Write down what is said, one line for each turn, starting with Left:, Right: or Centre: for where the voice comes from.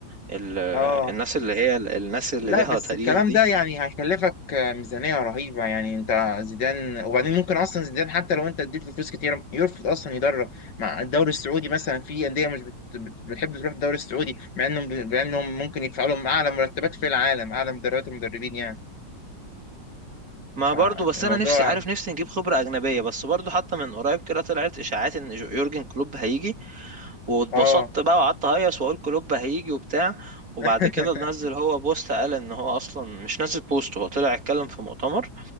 Right: ال-
Left: اه
Right: الناس اللي هي الناس اللي
Left: لا
Right: ليها
Left: بس
Right: تاريخ
Left: الكلام
Right: دي
Left: ده يعني هيكلفك ميزانية رهيبة يعني انت زيدان وبعدين ممكن اصلا زيدان حتى لو انت اديت له فلوس كتير يرفض اصلا يدرب مع الدوري السعودي مثلا في اندية مش بت... بت... بتحب تروح الدوري السعودي مع انهم ب... مع انهم ممكن يدفعوا لهم اعلى مرتبات في العالم اعلى مدربات المدربين يعني
Right: ما
Left: فالموضوع
Right: برضو بس انا نفسي عارف نفسي نجيب خبرة أجنبية بس برضو حتى من قريب كده طلعت إشاعات ان جو- يورجن كلوب هيجي واتبسطت
Left: اه
Right: بقى وقعدت اهيص واقول كلوب هيجي وبتاع وبعد
Left: <laughs>
Right: كده نزل هو بوست قال ان هو اصلا مش نزل بوست هو طلع اتكلم في مؤتمر